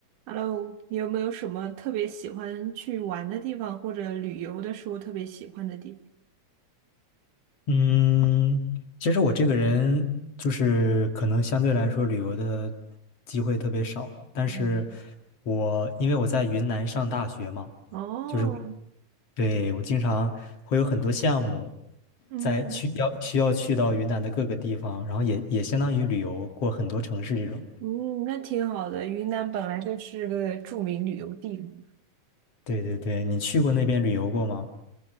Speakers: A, on the right; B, on the left.
A: Hello，你有没有什么特别喜欢去玩的地方，或者旅游的时候特别喜欢的地方？
B: 嗯，其实我这个人就是可能相对来说旅游的机会特别少，但是
A: 嗯
B: 我因为我在云南上大学嘛，
A: 哦，
B: 就是我对我经常会有很多项目
A: 嗯
B: 在去要需要去到云南的各个地方，然后也也相当于旅游过很多城市这种。
A: 嗯，那挺好的。云南本来就是个著名旅游地嘛。
B: 对对对，你去过那边旅游过吗？